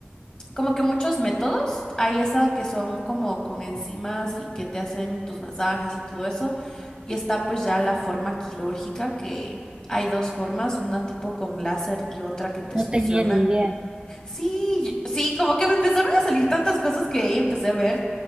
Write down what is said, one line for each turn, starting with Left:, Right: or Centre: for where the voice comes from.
Left: como que muchos métodos, hay esa que son como con enzimas y que te hacen tus masajes y todo eso, y está pues ya la forma quirúrgica que hay dos formas, una tipo con láser y otra que te
Right: no
Left: succionan.
Right: tenía ni idea.
Left: Sí, yo- sí, como que me empezaron a salir tantas cosas que ahí empecé a ver.